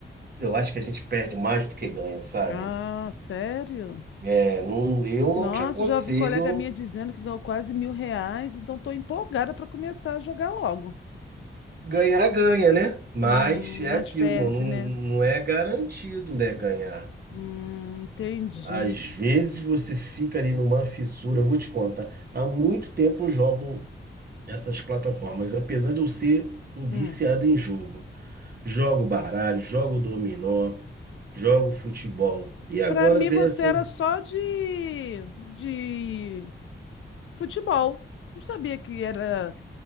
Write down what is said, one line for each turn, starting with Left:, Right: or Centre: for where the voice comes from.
Right: eu acho que a gente perde mais do que ganha, sabe?
Left: Ah, sério?
Right: É, não, eu
Left: Nossa,
Right: não te aconselho.
Left: já ouvi colega minha dizendo que ganhou quase mil reais, então tô empolgada para começar a jogar logo.
Right: Ganhar, ganha, né? Mas
Left: Hum,
Right: é
Left: nós
Right: aquilo,
Left: perde,
Right: não,
Left: né?
Right: não é garantido, né, ganhar.
Left: Hum, entendi.
Right: Às vezes você fica ali numa fissura, eu vou te contar. Há muito tempo eu jogo essas plataformas, apesar de eu ser um viciado
Left: Hum.
Right: em jogo. Jogo baralho, jogo dominó, jogo futebol. E agora
Left: Para mim
Right: vem
Left: você
Right: essa.
Left: era só de de futebol. Não sabia que era